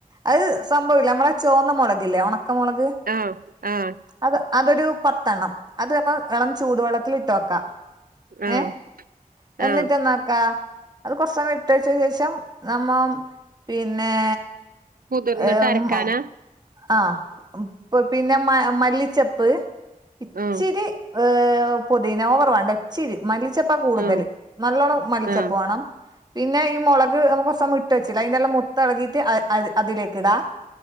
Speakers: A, on the right; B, on the right.
A: അത് സംഭവില്ലേ നമ്മളെ ചോന്ന മൊളകില്ലേ ഒണക്കമൊളക്
B: ആഹ് ആഹ്
A: അത് അതൊരു പത്തെണ്ണം അത് അപ്പം എളം ചൂടുവെള്ളത്തിൽ ഇട്ട് വെക്കാ
B: ആഹ്
A: ഏഹ് എന്നിട്ട്
B: ആഹ്
A: എന്നാക്കാ അത് കെറച്ച് അ ഇട്ടെച്ചശേഷം നമ്മ പിന്നെ
B: കുതിർന്നിട്ട്
A: ഏഹ്
B: അരക്കാനാ
A: ആഹ് പിന്നെ മ മല്ലിച്ചെപ്പ് ഇച്ചിരി
B: ആഹ്
A: ഏഹ് പൊതീന ഓവർ വേണ്ട ഇച്ചിരി മല്ലിച്ചെപ്പാ കൂടുതല്
B: ആഹ്
A: നല്ലോണം മല്ലിച്ചെപ്പ്
B: ആഹ്
A: വാണം പിന്നെ ഈ മുളക് നമുക്ക്കൊർചൊന്നിട്ട് വെച്ചില്ലേ ആയ്ൻ്റെല്ലാ മൊത്തളകീട്ട് അഹ് അത് അതിലേക്ക് ഇടാം